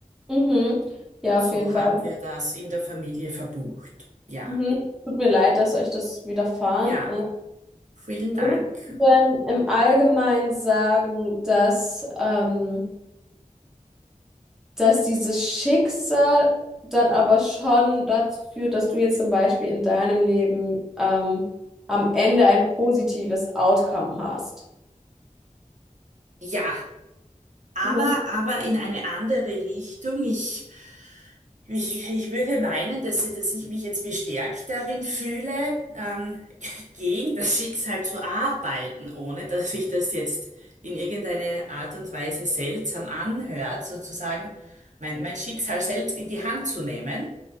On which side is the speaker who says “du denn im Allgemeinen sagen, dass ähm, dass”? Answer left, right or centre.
Centre